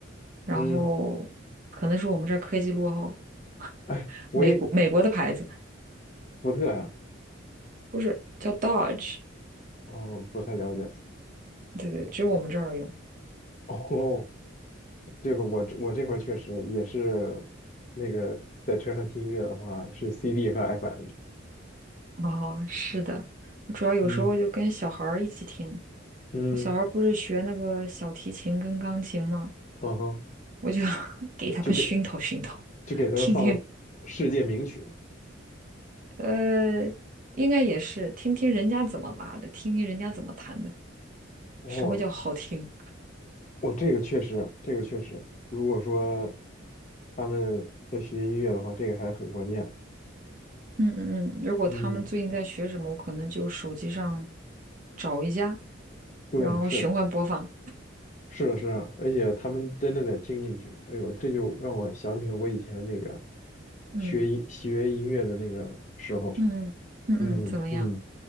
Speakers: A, on the right (about 40°); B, on the left (about 40°).
A: 然后可能是我们这儿科技落后，
B: 嗯，
A: <laughs>
B: 哎，我也
A: 美国美国的牌子。
B: 福特呀。
A: 不是叫 Dodge，
B: 哦，不太了解。
A: 对对，只有我们这儿用。
B: 哦，这个我这我这块儿确实也是那个在车上听音乐的话是 CD 和 FM。
A: 哦，是的，我主要有时候就跟小孩儿一起听。
B: 嗯嗯。
A: 我小孩儿不是学那个小提琴跟钢琴吗？
B: 嗯哼，
A: 我就 <laughs> 给他们熏陶熏陶，
B: 就给就给他们放世界名曲。
A: 听听。呃，应该也是听听人家怎么拉的，听听人家怎么弹的，
B: 哦，
A: 什么叫好听？
B: 我这个确实，这个确实，如果说他们在学音乐的话，这个还很关键。
A: 嗯嗯嗯。如果他们最近在学什么，
B: 嗯，
A: 我可能就手机上找一下，
B: 对，
A: 然后循环播放。
B: 是的，是的，是的，而且他们真的得听进去。哎呦，这就让我想起了我以前那个
A: 嗯
B: 学音学音乐的那个时候。
A: 嗯嗯嗯，
B: 嗯嗯，
A: 嗯怎么样？